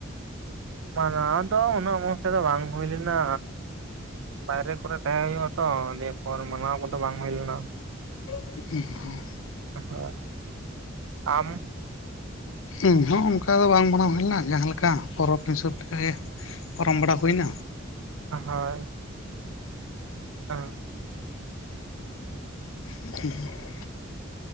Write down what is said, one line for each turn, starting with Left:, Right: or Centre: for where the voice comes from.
Right: ᱢᱟᱱᱟᱣ ᱫᱚ ᱩᱱᱟᱹᱜ ᱢᱚᱡᱽ ᱛᱮᱫᱚ ᱵᱟᱝ ᱦᱩᱭ ᱞᱮᱱᱟ, ᱵᱟᱭᱨᱮ ᱠᱚᱨᱮ ᱛᱟᱦᱮᱸ ᱦᱩᱭᱩᱜ-ᱟ ᱛᱚ ᱫᱤᱭᱮᱯᱚᱨ ᱢᱟᱱᱟᱣᱟ ᱠᱚᱫᱚ ᱵᱟᱝ ᱦᱩᱭ ᱞᱮᱱᱟ᱾
Left: <unintelligible>
Right: ᱦᱮ ᱟᱢ
Left: ᱤᱧ ᱦᱚᱸ ᱚᱱᱠᱟ ᱫᱚ ᱵᱟᱝ ᱢᱟᱱᱟᱣ ᱦᱩᱭ ᱞᱮᱱᱟ ᱡᱟᱦᱟᱸ ᱞᱮᱠᱟ ᱯᱚᱨᱚᱵᱽ ᱦᱤᱥᱟᱹᱵ ᱛᱮ ᱯᱟᱨᱚᱢ ᱵᱟᱲᱟ ᱦᱩᱭᱱᱟ,
Right: ᱦᱳᱭ, ᱦᱚᱸ,
Left: <inaudible>